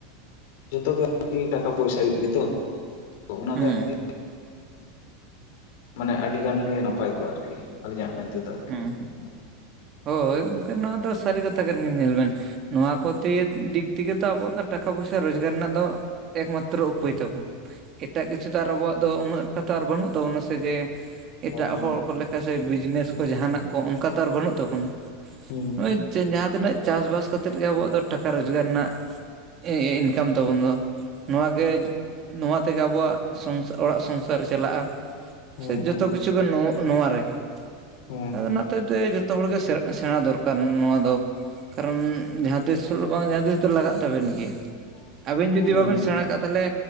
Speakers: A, on the left (about 70°); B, on the right (about 40°).
A: ᱡᱚᱛᱚ ᱜᱮ ᱟᱨᱠᱤ ᱴᱟᱠᱟ ᱯᱚᱭᱥᱟᱭ ᱞᱟᱜᱤᱡ ᱜᱮᱛᱚ ᱚᱱᱟ
B: ᱦᱩᱸ
A: ᱜᱮ ᱟᱨᱠᱤ ᱢᱟᱱᱮ ᱟᱹᱰᱤ ᱜᱟᱱ ᱜᱮ ᱱᱟᱯᱟᱭ ᱠᱚᱜ-ᱟ ᱟᱨᱠᱤ ᱟᱹᱞᱤᱧᱟᱜ ᱢᱮᱱ ᱛᱮᱫᱚ᱾ ᱟᱨᱠᱤ
B: ᱦᱮᱸ
A: ᱦᱩᱸ
B: ᱦᱳᱭ
A: ᱦᱩᱸ
B: ᱜᱚᱝᱠᱮ ᱱᱚᱣᱟ ᱫᱚ ᱥᱟᱹᱨᱤ ᱠᱟᱛᱷᱟ ᱠᱟᱱ ᱜᱮ ᱧᱮᱞ ᱵᱮᱱ ᱱᱚᱣᱟ ᱠᱚ
A: ᱦᱩᱸ
B: ᱛᱮ ᱫᱤᱠ ᱫᱤᱭᱮ ᱛᱮᱜᱮ ᱛᱚ ᱟᱵᱚ ᱫᱚ ᱴᱟᱠᱟ ᱯᱚᱭᱥᱟᱹ ᱨᱚᱡᱽᱠᱟᱨ ᱨᱮᱱᱟᱜ ᱫᱚ ᱮᱠᱢᱟᱛᱨᱚ ᱩᱯᱟᱹᱭ ᱛᱟᱵᱚᱱ᱾ ᱮᱴᱟᱜ ᱠᱤᱪᱷᱩ ᱫᱚ ᱟᱨ ᱟᱵᱚᱣᱟᱜ ᱫᱚ ᱩᱱᱟᱹᱜ ᱮᱠᱴᱟ ᱛᱚ ᱵᱟᱹᱱᱩᱜ ᱛᱟᱵᱚᱱᱟ ᱥᱮ ᱡᱮ ᱮᱴᱟᱜ
A: ᱵᱟᱝ ᱵᱟᱝ
B: ᱦᱚᱲ ᱠᱚ ᱞᱮᱠᱟ ᱥᱮ ᱵᱤᱡᱽᱱᱮᱥ ᱠᱚ ᱡᱟᱦᱟ ᱱᱟᱜ ᱠᱚ ᱚᱱᱠᱟ ᱛᱚ ᱟᱨ ᱵᱟᱹᱱᱩᱜ ᱛᱟᱵᱚᱱᱟ᱾
A: ᱦᱩᱸ᱾
B: ᱱᱚᱸᱜ-ᱚᱭ ᱡᱟᱦᱟ ᱛᱤᱱᱟᱹᱜ ᱪᱟᱥ ᱵᱟᱥ ᱠᱟᱛᱮᱜ ᱜᱮ ᱟᱵᱚᱣᱟᱜ ᱫᱚ ᱴᱟᱠᱟ ᱨᱳᱡᱽᱠᱟᱨ ᱨᱮᱱᱟᱜ ᱤᱱᱠᱟᱢ ᱛᱟᱵᱚᱱ ᱫᱚ᱾ ᱱᱚᱣᱟ
A: ᱦᱩᱸ
B: ᱜᱮ ᱱᱚᱣᱟ ᱛᱮᱜᱮ ᱟᱵᱚᱣᱟᱜ ᱥᱚᱝ ᱚᱲᱟᱜ ᱥᱚᱝᱥᱟᱨ ᱪᱟᱞᱟᱜ-ᱟ᱾
A: ᱦᱩᱸ
B: ᱥᱮ ᱡᱚᱛᱚ
A: ᱦᱩᱸ
B: ᱠᱤᱪᱷᱩ ᱜᱮ ᱱᱚ ᱱᱚᱣᱟ ᱨᱮᱜᱮ᱾
A: ᱦᱩᱸ
B: ᱟᱫᱚ
A: ᱦᱩᱸ ᱦᱩᱸ
B: ᱚᱱᱟ ᱦᱚᱛᱮᱛᱮ ᱡᱚᱛᱚ ᱦᱚᱲᱜᱮ ᱥᱮᱬᱟ ᱫᱚᱨᱠᱟᱨ ᱱᱚᱣᱟ ᱫᱚ ᱠᱟᱨᱚᱱ ᱡᱟᱦᱟᱸ ᱛᱤᱥ ᱦᱤᱞᱚᱜ ᱵᱟᱝ ᱡᱟᱦᱟᱸ ᱛᱤᱥ ᱫᱚ ᱞᱟᱜᱟᱜ ᱛᱟᱵᱮᱱ ᱜᱮᱭᱟ- ᱟᱵᱤᱱ ᱡᱩᱫᱤ
A: ᱦᱮᱸ
B: ᱵᱟᱵᱤᱱ
A: ᱦᱮᱸ
B: ᱥᱮᱬᱟ ᱠᱟᱜᱼᱟ ᱛᱟᱦᱚᱞᱮ